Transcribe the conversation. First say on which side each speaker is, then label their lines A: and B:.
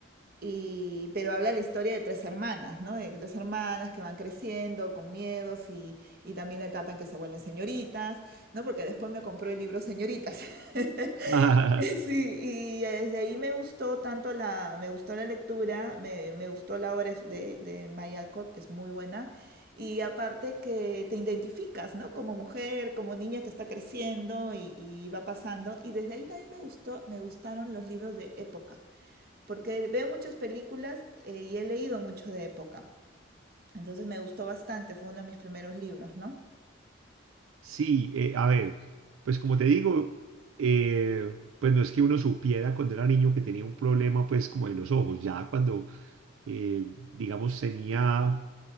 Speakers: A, on the right; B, on the right.
A: Y, pero habla la historia de tres hermanas, ¿no? De tres hermanas que van creciendo con miedos y, y también la etapa en que se vuelven señoritas, ¿no? Porque después me compró el libro Señoritas. <laughs>
B: <laughs>
A: <laughs> Sí, y desde ahí me gustó tanto la, me gustó la lectura, me, me gustó la obra de, de May Alcott, es muy buena. Y aparte que te identificas, ¿no? Como mujer, como niña que está creciendo y, y va pasando. Y desde ahí también me gustó, me gustaron los libros de época, porque veo muchas películas eh, y he leído mucho de época. Entonces me gustó bastante, fue uno de mis primeros libros, ¿no?
B: Sí, eh, a ver, pues como te digo, eh, pues no es que uno supiera cuando era niño que tenía un problema pues como de los ojos, ya cuando eh, digamos tenía